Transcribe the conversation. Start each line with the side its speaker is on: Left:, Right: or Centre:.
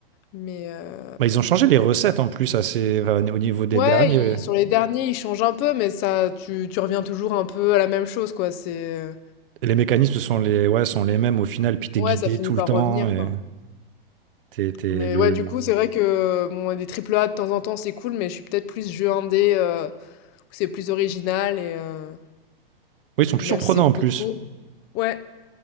Left: Mais euh,
Right: Bah, ils ont changé les recettes en plus assez, enfin, au niveau des
Left: ouais,
Right: derniers.
Left: il- sur les derniers, ils changent un peu, mais ça, tu, tu reviens toujours un peu à la même chose, quoi. C'est, euh,
Right: Les mécanismes sont les, ouais, sont les mêmes au final, puis t'es
Left: ouais,
Right: guidé
Left: ça finit
Right: tout
Left: par
Right: le temps.
Left: revenir,
Right: Et
Left: quoi.
Right: t'es, t'es
Left: Mais
Right: le,
Left: ouais, du
Right: le-
Left: coup, c'est vrai que bon, ouais, des triple A de temps en temps, c'est cool, mais je suis peut-être plus jeu indé, euh, où c'est plus original et, euh,
Right: Oui, ils sont plus
Left: et même
Right: surprenants
Left: si c'est plus
Right: en plus.
Left: court. Ouais,